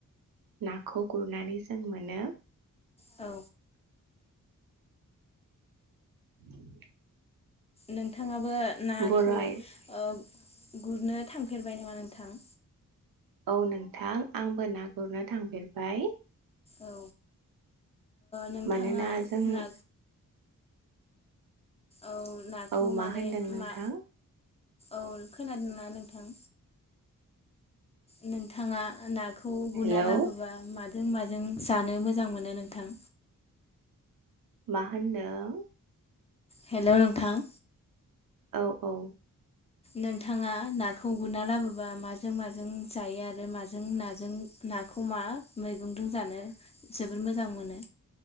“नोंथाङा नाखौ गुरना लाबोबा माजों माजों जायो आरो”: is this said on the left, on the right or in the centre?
Left